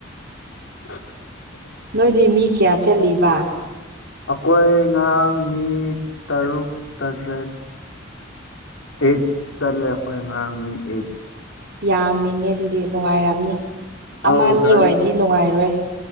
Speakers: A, on the left; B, on the right.
A: <inaudible>
B: ꯅꯣꯏꯗꯤ ꯃꯤ ꯀꯌꯥ ꯆꯠꯂꯤꯕ
A: ꯑꯈꯣꯏ ꯉꯔꯥꯡ ꯃꯤ ꯇꯔꯨꯛ ꯇꯔꯦꯠ ꯑꯩꯠ ꯆꯠꯂꯦ ꯑꯈꯣꯏ ꯉꯔꯥꯡ ꯃꯤ ꯑꯩꯠ
B: ꯌꯥꯝꯃꯤꯅꯦ ꯑꯗꯨꯗꯤ ꯅꯨꯡꯉꯥꯏꯔꯝꯅꯤ ꯑꯃ
A: ꯑꯧ
B: ꯑꯅꯤ
A: ꯒꯥꯔꯤ
B: ꯑꯣꯏꯔꯗꯤ ꯅꯨꯡꯉꯥꯏꯔꯣꯏ